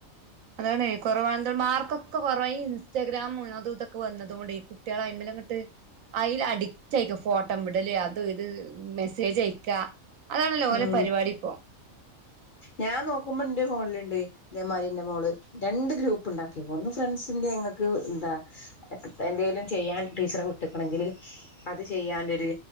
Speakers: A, on the right (about 75°); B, on the left (about 45°).
A: അതാണ് കുറവാണന്തോ മാർക്കൊക്കെ കുറവായി ഈ ഇൻസ്റ്റാഗ്രാാം അത അതൊക്കെ- വന്നതുകൊണ്ട് കുട്ട്യാൾ അയിമ്മലങ്ങട്ട്. അതിൽ അഡിക്റ്റ് അയക്ക ഫോട്ടോ വിടല് അതും ഇത് മെസ്സേജ് അയക്കാ. അതാണല്ലോ
B: മ്
A: ഓലെ പരിപാടി ഇപ്പോ
B: ഞാൻ നോക്കുമ്പോ എന്റെ ഫോണിലിണ്ട്. ഇതേ മാരി ഇന്റെ മോള് രണ്ട് ഗ്രൂപ്പ് ഉണ്ടാക്കിപ്പോ ഒന്ന് ഫ്രണ്ട്സിന്റെ ഞങ്ങൾക്ക് എന്താ ന്തേലും ചെയ്യാൻ ടീച്ചർ വീട്ടിക്കനെങ്കിൽ അത് ചെയ്യണ്ല്ലൊരു